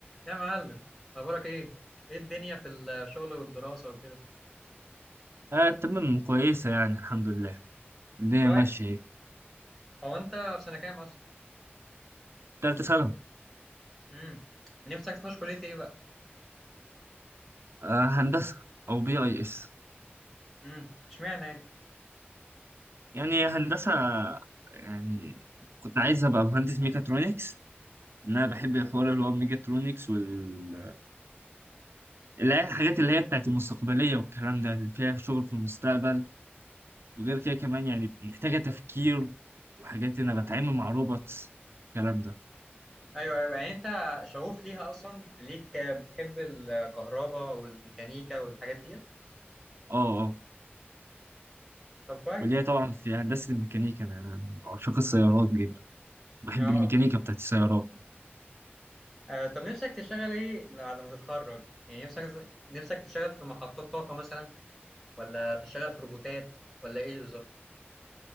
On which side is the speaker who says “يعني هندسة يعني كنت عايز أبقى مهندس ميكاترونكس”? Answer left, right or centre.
Right